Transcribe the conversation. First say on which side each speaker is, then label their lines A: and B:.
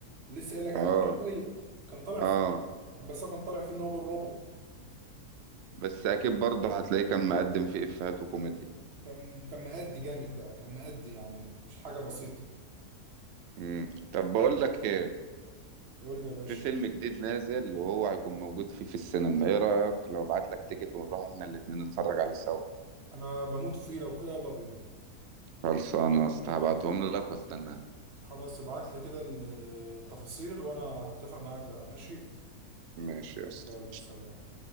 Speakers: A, on the right; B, on the right.
A: لسه قايل لك عليه
B: آه
A: من شويه كان طالع
B: آه
A: فيه برضه. بس هو كان طالع فيه ان هو دور روبوت
B: بس أكيد برضه هتلاقيه كان مقدم فيه إفيهات وكوميديا
A: كان كان مأدي جامد بقى كان مأدي يعني مش حاجه بسيطه
B: مم. طب بقول لك إيه
A: قول لي يا باشا
B: في فيلم جديد نازل وهو هيكون موجود فيه في السينما إيه رأيك لو أبعت لك تيكت ونروح إحنا الاتنين نتفرج عليه سوا
A: انا بموت فيه لو كده يلا بينا
B: خلصانة يا اسطى هبعتهم لك واستناك
A: خلاص ابعت لي كده التفاصيل وانا هتفق معاك بقى ماشي
B: ماشي يا اسطى
A: يلا سلام